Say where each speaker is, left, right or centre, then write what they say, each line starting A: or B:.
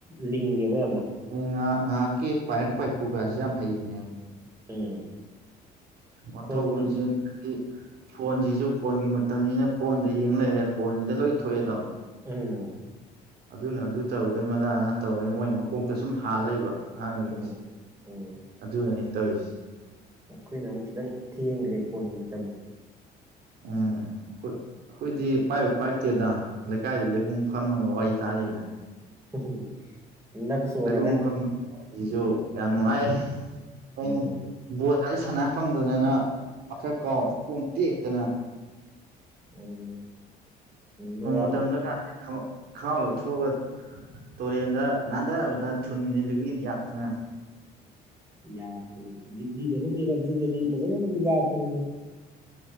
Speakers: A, on the right; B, on the right.
A: ꯂꯤꯡꯉꯦꯕ ꯌꯥꯝꯅ
B: ꯃꯣꯏ ꯉꯍꯥꯛ ꯉꯥꯏꯍꯥꯛꯀꯤ ꯄꯥꯏꯔꯛ ꯄꯥꯏꯈꯨꯒꯥꯁꯦ ꯌꯥꯝ ꯍꯩꯕꯅꯦꯕ
A: ꯎꯝ
B: ꯑꯣꯟꯊꯣꯛ
A: ꯑꯩꯈꯣꯏꯗꯤ
B: ꯑꯣꯟꯁꯤꯟ ꯍꯥꯏꯗꯤ ꯐꯣꯟꯁꯤꯁꯨ ꯐꯣꯟꯒꯤ ꯃꯇꯝꯅꯤꯅ ꯐꯣꯟꯗ ꯌꯦꯡ ꯂꯩꯔꯦ ꯐꯣꯟꯁꯤꯗ ꯂꯣꯏ ꯊꯣꯛꯑꯦꯗꯣ
A: ꯎꯝ
B: ꯑꯗꯨꯅ ꯑꯗꯨ ꯇꯧꯒꯗꯕꯅꯤ ꯑꯗꯥꯅ ꯑꯗꯥ ꯇꯧꯒꯗꯅꯤ ꯃꯣꯏ ꯃꯀꯣꯛꯇ ꯁꯨꯝ ꯍꯥꯥꯟ ꯂꯩꯕ ꯑꯉꯥꯡꯁꯤꯡꯁꯦ
A: ꯎꯝ ꯎꯝ
B: ꯑꯗꯨꯅꯅꯤ ꯇꯧꯏꯁꯦ
A: ꯑꯩꯈꯣꯏꯅ ꯑꯃꯨꯛ ꯈꯤꯇꯪ ꯊꯦꯡꯒ꯭ꯔꯦ ꯐꯣꯟꯒꯤ ꯃꯇꯝꯁꯦ
B: ꯎꯝ ꯑꯈꯣꯏ ꯑꯈꯣꯏꯗꯤ ꯄꯥꯏꯕꯨ ꯄꯥꯏꯔꯛꯇꯦꯗ ꯂꯩꯀꯥꯏꯗ ꯂꯩꯕꯨꯡ ꯐꯝꯃꯒ ꯋꯥꯔꯤ ꯇꯥꯔꯤꯗ
A: <unintelligible> ꯅꯞ ꯆꯣꯔꯒ
B: ꯂꯥꯏꯕꯨꯡ ꯐꯝꯕꯁꯤꯁꯨ ꯌꯥꯝ ꯅꯨꯡꯉꯥꯏꯌꯦ ꯍꯣꯏꯅꯦ
A: ꯎꯝ
B: ꯕꯣꯜꯒꯥꯖꯦ ꯁꯥꯟꯅ ꯐꯪꯗꯗꯅ ꯕꯥꯞ ꯈꯔ ꯀꯥꯎ ꯈꯣꯡ ꯇꯦꯛꯇꯅ
A: ꯎꯝ ꯅꯋꯥꯞ
B: ꯅꯣꯡ ꯃꯇꯝꯗꯒꯥꯁꯦ ꯈꯪ ꯈꯥꯎ ꯂꯧꯊꯣꯛꯑꯒ ꯇꯣꯔꯦꯟꯗ ꯅꯥꯟꯊꯕꯗ ꯊꯨꯟꯖꯦ ꯂꯤꯛꯂꯤꯅ ꯌꯥꯠꯇꯅ
A: ꯌꯥꯇꯦ ꯂꯤꯛꯂꯤꯗ ꯅꯠꯇꯦꯗ ꯑꯗꯨꯗꯗꯤ ꯐꯖꯅ ꯑꯗꯨꯝ ꯌꯥꯠꯄꯅꯤꯗ